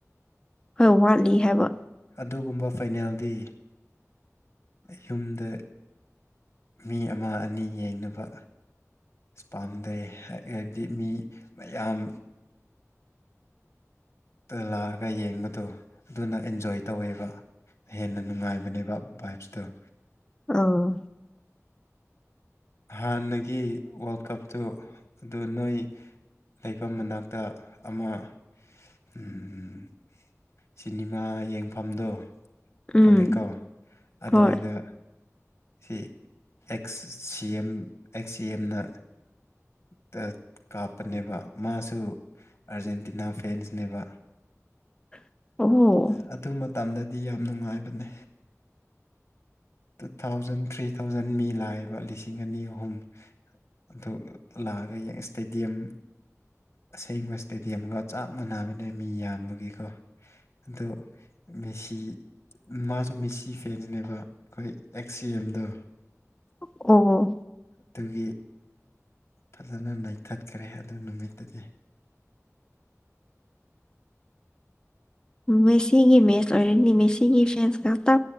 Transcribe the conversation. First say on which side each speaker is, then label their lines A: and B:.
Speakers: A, on the left; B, on the left.
A: ꯈꯔ ꯋꯥꯠꯂꯤ ꯍꯥꯏꯕ
B: ꯑꯗꯨꯒꯨꯝꯕ ꯐꯥꯏꯅꯦꯜꯗꯤ ꯌꯨꯝꯗ ꯃꯤ ꯑꯃ ꯑꯅꯤ ꯌꯦꯡꯅꯕ ꯏꯁꯄꯥꯟꯗꯦ ꯍ ꯍꯥꯏꯕꯗꯤ ꯃꯤ ꯃꯌꯥꯝ ꯇ ꯂꯥꯛꯑꯒ ꯌꯦꯡꯕꯗꯣ ꯑꯗꯨꯅ ꯑꯦꯟꯖꯣꯏ ꯇꯧꯋꯦꯕ ꯍꯦꯟꯅ ꯅꯨꯡꯉꯥꯏꯕꯅꯦꯕ ꯕꯥꯥꯏꯞꯁꯇꯣ
A: ꯑꯥꯎ
B: ꯍꯥꯟꯅꯒꯤ ꯋꯥꯔꯜ ꯀꯞꯇꯨ ꯑꯗꯨ ꯅꯣꯏ ꯂꯩꯐꯝ ꯃꯅꯥꯛꯇ ꯑꯃ ꯎꯝ ꯁꯤꯅꯤꯃꯥ ꯌꯦꯡꯐꯝꯗꯣ
A: ꯎꯝ
B: ꯈꯪꯉꯤꯀꯣ ꯑꯗꯨꯋꯥꯏꯗ
A: ꯍꯣꯏ
B: ꯁꯤ ꯑꯦꯛꯁ ꯁꯤ ꯑꯦꯝ ꯑꯦꯝ ꯑꯦꯛꯁ ꯁꯤ ꯑꯦꯝꯅ ꯇ ꯀꯥꯞꯄꯅꯦꯕ ꯃꯥꯁꯨ ꯑꯥꯔꯖꯦꯟꯇꯤꯅꯥ ꯐꯦꯟꯁꯅꯦꯕ
A: <inaudible> ꯑꯣ
B: ꯑ ꯑꯗꯨ ꯃꯇꯝꯗꯗꯤ ꯌꯥꯝ ꯅꯨꯡꯉꯥꯏꯕꯅꯦ ꯇꯨ ꯊꯥꯎꯖꯟ ꯊ꯭ꯔꯤ ꯊꯥꯎꯖꯟ ꯃꯤ ꯂꯥꯛꯏꯕ ꯂꯤꯁꯤꯡ ꯑꯅꯤ ꯑꯍꯨꯝ ꯑꯗꯨ ꯂꯥꯛꯑꯒ ꯌꯦꯡ ꯏꯁꯇꯦꯗꯤꯌꯝ ꯑꯁꯦꯡꯕ ꯏꯁꯇꯦꯗꯤꯌꯝꯒ ꯆꯞ ꯃꯥꯟꯅꯕꯅꯦ ꯃꯤ ꯌꯥꯝꯕꯒꯤꯀꯣ ꯑꯗꯣ ꯃꯦꯁꯤ ꯃꯥꯖꯨ ꯃꯦꯁꯤ ꯐꯦꯟꯁꯅꯦꯕ ꯑꯩꯈꯣꯏ ꯑꯦꯛꯁ ꯁꯤ ꯑꯦꯝꯗꯣ
A: ꯑꯣ
B: ꯑꯗꯨꯒꯤ ꯐꯖꯅ ꯅꯩꯊꯠꯈ꯭ꯔꯦ ꯑꯗꯨ ꯅꯨꯃꯤꯠꯇꯨꯗꯤ
A: ꯃꯦꯁꯤꯒꯤ ꯃꯦꯠꯁ ꯑꯣꯔꯗꯤ ꯃꯦꯁꯤꯒꯤ ꯐꯦꯟꯁ ꯉꯥꯛꯇ